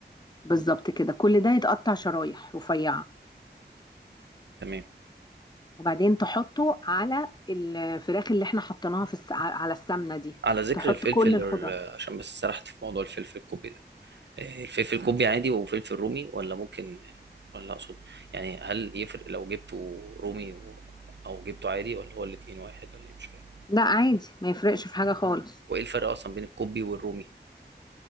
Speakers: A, on the left (about 25°); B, on the right (about 75°).
A: بالظبط كده كل ده يتقطع شرايح رفيعة
B: تمام
A: وبعدين تحطه على الفراخ اللي احنا حطيناها في الس... على السمنة دي
B: على ذكر
A: تحط
B: الفلفل
A: كل الخضار
B: ال- عشان بس سرحت في موضوع الفلفل الكوبي ده إيه، الفلفل الكوبي عادي وفلفل رومي ولا ممكن ولا اقصد يعني هل يفرق لو جبته رومي و... او جبته عادي ولا هو الاتنين واحد ولا ايه مش فاهم
A: لا عادي ما يفرقش في حاجة خالص
B: وايه الفرق اصلا بين الكوبي والرومي